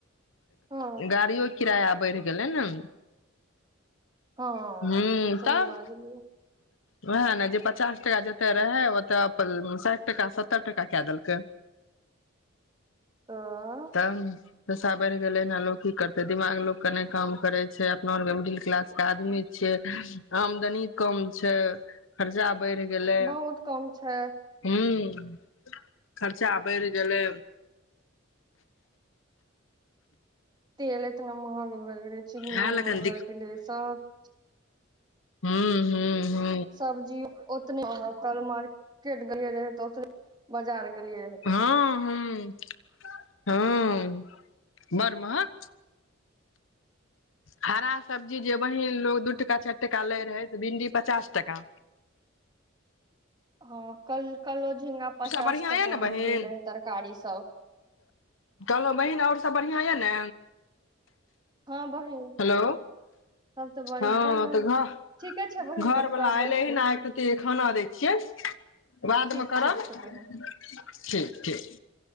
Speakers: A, on the right (about 20°); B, on the left (about 70°).
A: हँ
B: गाड़ीओ किराया बैढ़ गेलै ने
A: हँ
B: हूँ
A: सही
B: तब
A: बाजलियै
B: वएह ने जे पचास टका जते रहे ओते साठि टका सत्तर टका क देल क
A: तऽ
B: तब पैसा बढ़ि गेलै एना लोग की करते दिमाग लोग के नहि काम करे छै अपना आर के मिडिल क्लास के आदमी छिये आमदनी कम छै खर्चा बढ़ि गेलै
A: बहुत कम छै
B: हू <unintelligible> खर्चा बढ़ि गेलै
A: तेल इतना महंग भऽ गेलै चिन्नी
B: इएह लए
A: महग
B: कऽ ने
A: भए गेलै सब
B: हू हू हू
A: सब्जी ओतने महग काल्हि मार्केट गेलियै रहे तऽ ओतबे बाजार गेलियै रहे
B: हँ
A: तऽ
B: ह हँ बड महग हरा सब्जी जे बहिन लोग दू टाका चारि टाका लै रहै से भिंडी पचास टाका
A: हँ कल कलो झिंगा पचास
B: बढ़िआँ
A: टाका
B: यऽ ने बहिन
A: मे दे रहै तरकारी सब
B: कहलहुँ बहिन आओर सब बढ़िआँ यऽ ने
A: हँ बहिन
B: हेलो
A: तब तऽ बड़ी
B: हँ
A: बढ़िआँ
B: तऽ घर
A: ठीके छै बहिन
B: घरवला
A: तब करबै
B: एलै
A: फिर
B: हे ने एक रति खाना दै छियै बादमे
A: ठीक
B: करब
A: ठीक छै
B: ठीक
A: बहिन
B: ठीक